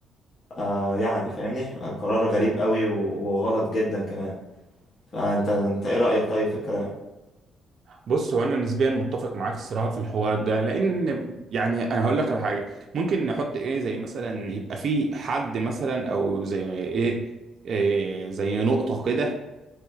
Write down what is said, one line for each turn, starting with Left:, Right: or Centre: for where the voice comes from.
Left: آه يعني فاهمني قرار غريب قوي و- وغلط جدا كمان فانت انت ايه رايك طيب في الكلام
Right: بص هو انا نسبيا متفق معاك الصراحه في الحوار ده لان يعني انا هقول لك على حاجه ممكن نحط ايه زي مثلا يبقى في حد مثلا او زي ايه, إيه زي نقطه كده